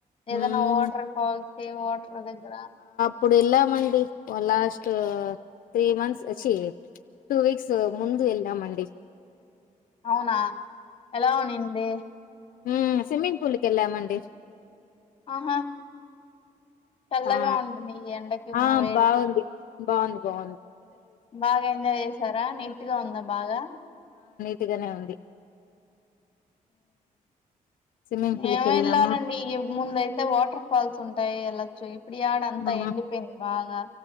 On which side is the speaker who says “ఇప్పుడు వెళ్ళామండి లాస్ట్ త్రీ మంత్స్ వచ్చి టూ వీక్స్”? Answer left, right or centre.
Left